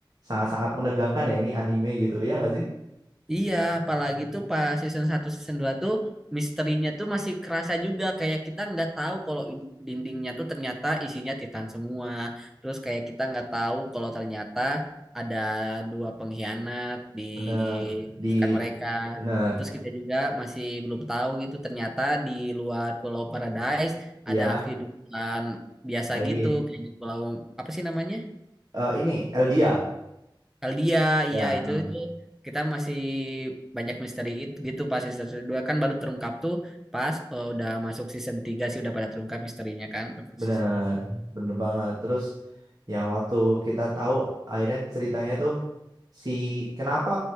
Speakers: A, on the right (about 45°); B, in the centre.
A: sangat-sangat menegangkan ya ini anime gitu ya nggak sih
B: Iya, apalagi tuh pas season satu season 2 tuh misterinya tuh masih kerasa juga kayak kita nggak tahu kalau in- dindingnya tuh ternyata isinya titan semua. Terus kayak kita nggak tahu kalau ternyata ada dua pengkhianat di
A: bener di
B: rekan mereka.
A: bener
B: Terus kita juga masih belum tahu gitu ternyata di luar Pulau Paradise
A: ya
B: ada kehidupan biasa
A: lain
B: gitu kayak di pulau apa sih namanya?
A: Eh, ini Eldia
B: Eldia,
A: ya
B: iya itu
A: eh,
B: itu kita masih banyak misteri itu gitu pas season 2 kan baru terungkap tuh pas eh, udah masuk season 3 sih udah pada terungkap misterinya kan udah pas
A: bener
B: season
A: bener banget terus yang waktu kita tahu akhirnya ceritanya tuh si kenapa